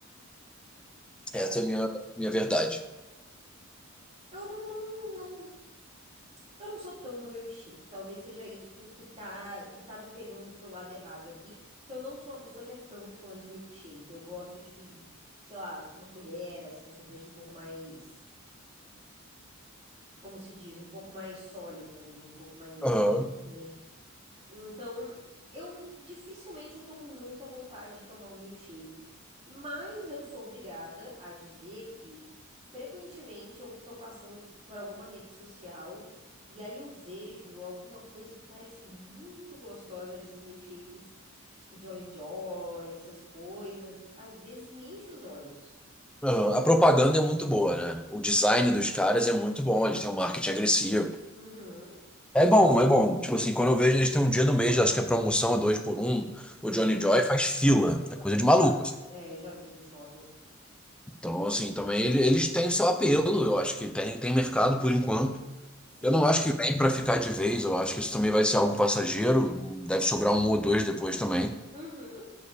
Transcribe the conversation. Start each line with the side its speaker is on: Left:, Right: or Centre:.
Right: É.
Centre: Essa é a minha, minha verdade.
Right: Eu não, não, Eu não sou tão do milkshake. Talvez seja isso que, que tá, que tá me pegando pro lado errado aqui, que eu não sou uma pessoa que é tão fã de milkshake. Eu gosto de, sei lá, uma colher, assim, um sorvete um pouco mais, como se diz, um pouco mais sólido ali, um pouco mais
Centre: Aham,
Right: firme. Então, eu dificilmente eu tô com muita vontade de tomar um milkshake, mas eu sou obrigada a dizer que frequentemente eu tô passando por alguma rede social e aí eu vejo alguma coisa que parece muito gostosa nesses milkshakes, tipo Johnny Joy, essas coisas, às vezes me enche os olhos.
Centre: aham. A propaganda é muito boa, né? O design dos caras é muito bom, eles têm um marketing agressivo.
Right: Uhum.
Centre: É bom, é bom. Tipo assim, quando eu vejo eles têm um dia do mês, acho que a promoção é dois por um, o
Right: Ui,
Centre: Johnny Joy faz fila. É coisa
Right: só fica
Centre: de
Right: lotado.
Centre: maluco. assim.
Right: É, eu já vi no shopping.
Centre: Então, assim, também ele- eles têm o seu apelo, eu acho que tem, tem mercado por enquanto.
Right: Sim.
Centre: Eu não acho que vem pra ficar de vez, eu acho que isso também vai ser algo passageiro, deve sobrar um ou dois depois também.
Right: Uhum.